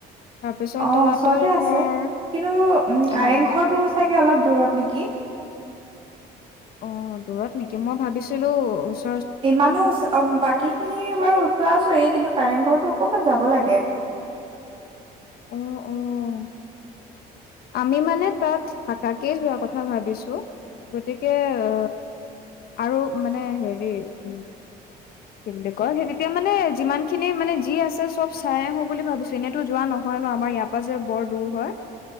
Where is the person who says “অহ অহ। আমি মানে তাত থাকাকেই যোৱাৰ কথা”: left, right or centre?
Left